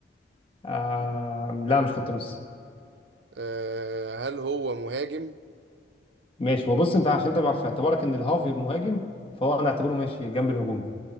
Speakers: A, on the left; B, on the right.
A: آه لا مش خط نص
B: آه هل هو مهاجم
A: ماشي هو بص انت عشان تبقى في اعتبارك ان الهاف مهاجم فهو انا اعتبره ماشي جنب الهجومي